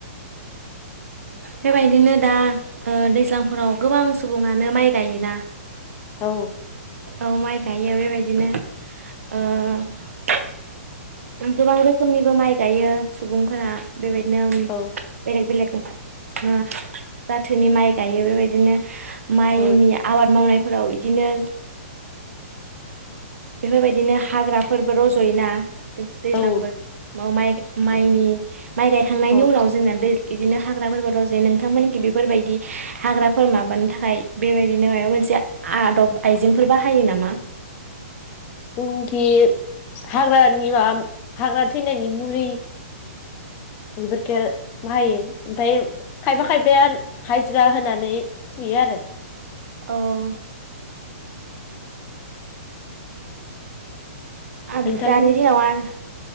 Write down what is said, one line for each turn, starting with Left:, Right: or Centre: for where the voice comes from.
Right: बेबायदिनो दा ओ दैज्लांफोराव गोबां सुबुङानो माइ गायोना?
Left: औ।
Right: औ माइ गायो बेबायदिनो ओ गोबां रोखोमनिबो माइ गायो सुबुंफोरा बेबायदिनो
Left: औ
Right: बेलेग बेलेग <unintelligible> ओ जाथोनि माइ गायो बेबायदिनो माइनि
Left: औ
Right: आबाद मावनाय फोराव इदिनो बेफोरबायदिनो हाग्राफोरबो रजयो ना दै दैज्लांबो
Left: औ
Right: म माइ माइनि माइ गायखांनायनि
Left: औ
Right: उनाव जोंना दै बिदिनो हाग्राफोरबो द जे नोंथांमोनखि बेफोरबायदि हाग्राफोर माबानो थाखाय बेबायदिनो माबा मोनसे आदब आइजेंफोर बाहायो नामा?
Left: जोंखि हाग्रानि माबा हाग्रा थैनायनि मुलि बेफोरखौ बाहायो ओमफफ्राय खायफा खायफाया हाजिरा होनानै फुयो आरो
Right: अ उम आ दानिदिनाव
Left: नोंथांमोन
Right: आरो